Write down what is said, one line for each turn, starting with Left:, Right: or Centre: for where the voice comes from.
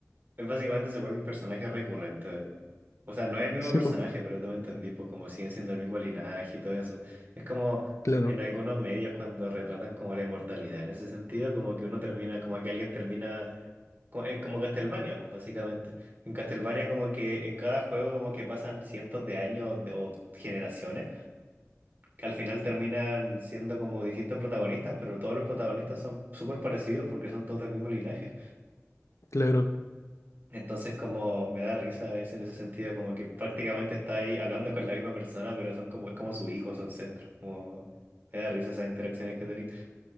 Right: Él básicamente se vuelve un personaje recurrente. O sea, no es el mismo
Left: Sí,
Right: personaje,
Left: pues,
Right: pero tú me entendís, pues como siguen siendo el mismo linaje y todo eso. Es como
Left: claro,
Right: en algunos medios cuando retratan como la inmortalidad en ese sentido, como que uno termina, como que alguien termina, co- eh, como, Castlevania, pues básicamente. En Castlevania como que en cada juego como que pasan cientos de años de- o generaciones, que al final terminan siendo como distintos protagonistas, pero todos los protagonistas son súper parecidos porque son todos del mismo linaje.
Left: claro,
Right: Entonces como me da risa es en ese sentido, como que prácticamente está ahí hablando con la misma persona, pero son como, es como su hijo, su ancestro. Como, me da risa esas interacciones que tenía.